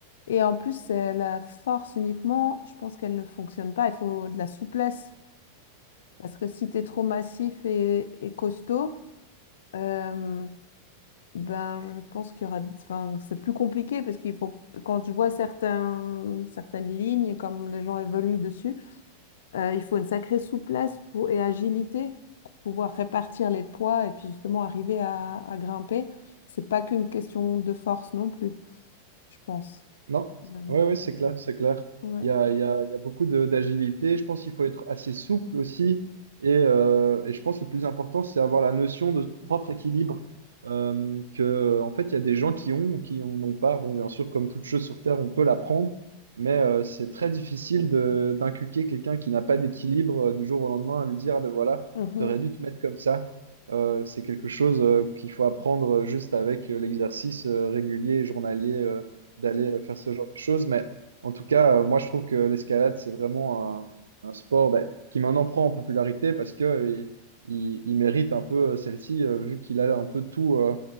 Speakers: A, on the left; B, on the right.
A: Et en plus, euh, la force uniquement, je pense qu'elle ne fonctionne pas. Il faut de la souplesse. Parce que si tu es trop massif et, et costaud, euh, Ben, je pense qu'il y aura, enfin, c'est plus compliqué parce qu'il faut, quand je vois certains, certaines lignes, comme les gens évoluent dessus, euh, il faut une sacrée souplesse pour, et agilité pour pouvoir répartir les poids et puis justement arriver à, à grimper. C'est pas qu'une question de force non plus, je pense.
B: Non,
A: Euh,
B: ouais, ouais, c'est clair, c'est clair.
A: ouais.
B: Il y a, il y a, il y a beaucoup de- d'agilité. Je pense qu'il faut être assez souple aussi. Et, euh, et je pense que le plus important, c'est avoir la notion de son propre équilibre. Euh, que, en fait, il y a des gens qui ont ou qui en ont pas. Bon, bien sûr, comme toute chose sur Terre, on peut l'apprendre, mais euh, c'est très difficile de d'inculquer quelqu'un qui n'a pas d'équilibre euh, du jour au lendemain à lui dire, ah ben voilà,
A: Mhm.
B: tu aurais dû te mettre comme ça. Euh, c'est quelque chose euh, qu'il faut apprendre euh, juste avec euh, l'exercice euh, régulier, et journalier euh, d'aller euh, faire ce genre de choses. Mais en tout cas, euh, moi, je trouve que l'escalade, c'est vraiment un, un sport bah, qui maintenant prend en popularité parce que euh, il, il- il mérite un peu euh, celle-ci, euh, vu qu'il a un peu tout, euh,